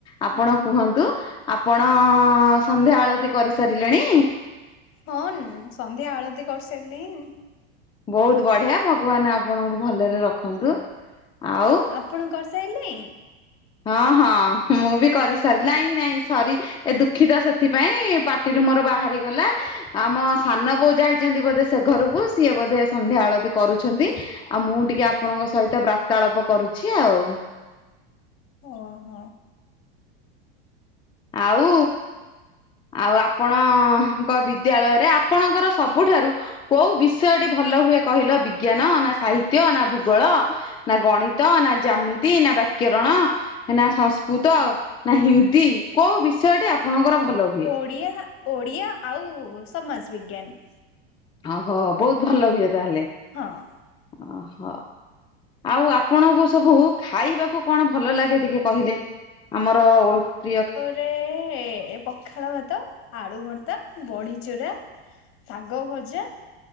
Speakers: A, on the left (about 15°); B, on the left (about 45°).
A: ଆପଣ କୁହନ୍ତୁ ଆପଣ ସନ୍ଧ୍ୟା ଆଳତି କରିସାରିଲେଣି?
B: ହଁ ସନ୍ଧ୍ୟା ଆଳତି କରିସାରିଲିନି।
A: ବହୁତ ବଢିଆ ଭଗବାନ ଆପଣଙ୍କୁ ଭଲରେ ରଖନ୍ତୁ। ଆଉ
B: ଆପଣ କରିସାଇଲେଇଁ?
A: ହଁ ହଁ ମୁଁ ବି କରି ସାରିଲିହିଁ ନାଇଁ ସରି ଏ ଦୁଃଖିତ ସେଥିପାଇଁ ପା ଟିରୁ ମୋର ବାହାରି ଗଲା। ଆମ ସାନ ବୋଉ ଯାଇଛନ୍ତି ବୋଧେ ସେ ଘରକୁ ସିଏ ବୋଧେ ସନ୍ଧ୍ୟା ଆଳତି କରୁଛନ୍ତି। ଆଉ ମୁଁ ଟିକେ ଆପଣଙ୍କ ସହିତ ବାର୍ତ୍ତାଳାପ କରୁଛି ଆଉ।
B: ହଁ।
A: ଆଉ ଆଉ ଆପଣଙ୍କ ବିଦ୍ୟାଳୟରେ ଆପଣଙ୍କର ସବୁଠାରୁ କୋଉ ବିଷୟଟି ଭଲ ହୁଏ କହିଲ ବିଜ୍ଞାନ ନା ସାହିତ୍ୟ ନା ଭୂଗୋଳ ନା ଗଣିତ ନା ଜ୍ୟାମିତି ନା ବାକ୍ୟରଣ ନା ସଂସ୍କୃ ସ୍କୃତ ନା ହିନ୍ଦୀ କୋଉ ବିଷୟଟି ଆପଣଙ୍କର ଭଲ ହୁଏ?
B: ଓଡ଼ିଆ ଓଡ଼ିଆ ଆଉ ସମାଜ ବିଜ୍ଞାନ।
A: ଓହୋ ବହୁତ ଭଲ ହୁଏ ତାହେଲେ।
B: ହଁ।
A: ଅ ହ। ଆଉ ଆପଣଙ୍କୁ ସବୁ ଖାଇବାକୁ କଣ ଭଲ ଲାଗେ ଟିକେ କହିଲେ? ଆମର ଓ ପ୍ରିୟ
B: ରେ ପଖାଳ ଭାତ ଆଳୁ ଭର୍ତ୍ତା ବଢି ଚୋରା ଶାଗ ଭଜା